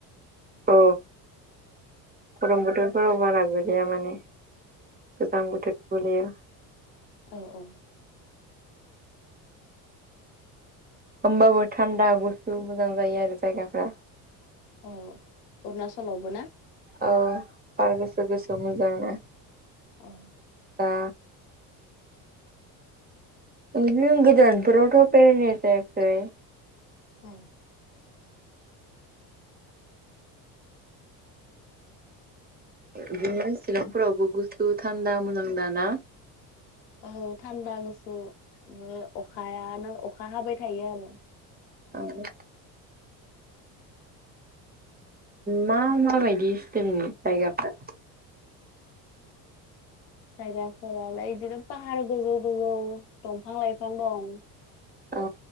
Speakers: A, on the right; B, on the left.
A: औ गरम बोथोरफोराव बारा गोगलैया माने गोजां बोथोराव गोलैयो
B: औ औ
A: होमबाबो थान्दा गुसु मोजां जायो आरो जायगाफोरा
B: अ अरुनाचलावबो ना
A: औ बार गुसु गुसु मोजांना
B: ओमह
A: बा उहोम गोजानफोरावथ बेरायनाय जायाखै
B: औ
A: बिदिनो शिलंफोरावबो गुसु थान्दा मोजां दा ना
B: औ थान्दा गुसु ओ अखायानो अखा हाबाय थायो आरो
A: ओं मा मा बायदि स्टेइलनि जायगाफ्रा
B: जायगाफोरालाय बिदिनो पाहार गोजौ गोजौ दं फां लाइफां दं
A: औ